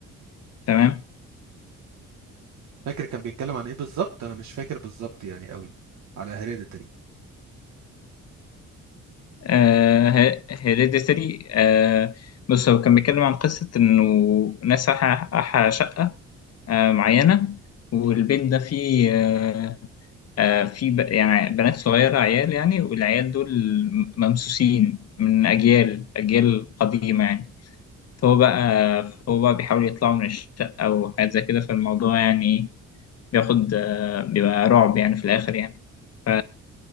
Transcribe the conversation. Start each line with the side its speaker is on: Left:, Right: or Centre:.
Left: تمام
Right: فاكر كان بيتكلم عن ايه بالظبط انا مش فاكر بالظبط يعني قوي على هيريديتري
Left: آه هيريديتري آه بص هو كان بيتكلم عن قصة إنه ناس أحا أحا شقة آه معينة والبيت ده فيه آه، آه، في ب... يعني بنات صغيرة عيال يعني والعيال دول ممسوسين من أجيال أجيال قديمة يعني فهو بقى فهو بقى بيحاول يطلعوا من الشقة وحاجات زي كده فالموضوع يعني بياخد آه، بيبقى رعب يعني في الآخر يعني ف